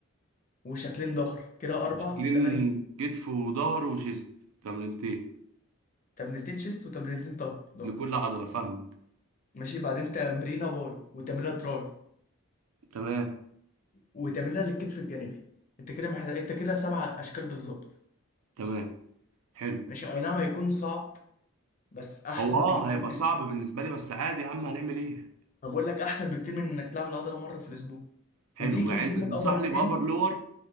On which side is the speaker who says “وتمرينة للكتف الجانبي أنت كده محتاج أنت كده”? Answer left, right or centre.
Left